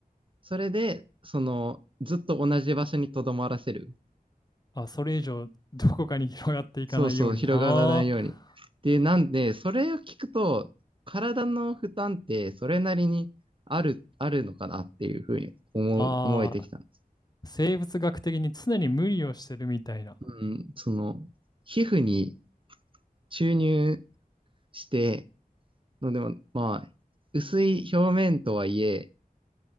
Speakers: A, on the right (about 35°); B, on the left (about 25°).
A: それで、その、ずっと同じ場所に留まらせる。
B: あ、それ以上どこかに広がっていかないようにな。
A: そうそう、広がらないように。
B: あー
A: で、なんで、それを聞くと、体の負担ってそれなりにある、あるのかなっていうふうに思う、
B: あ
A: 思えてきたんです。
B: ー、生物学的に常に無理をしてるみたいな。
A: うん、その、皮膚に注入して、のでも、まあ、薄い表面とはいえ、